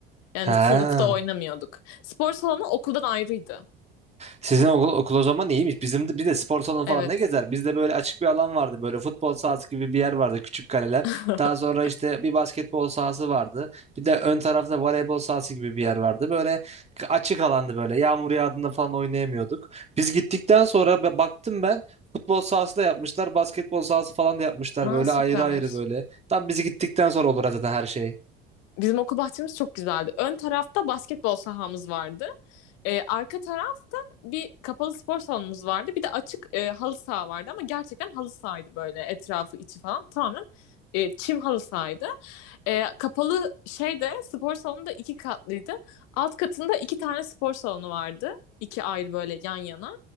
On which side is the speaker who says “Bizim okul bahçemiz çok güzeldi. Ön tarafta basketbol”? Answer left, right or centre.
Left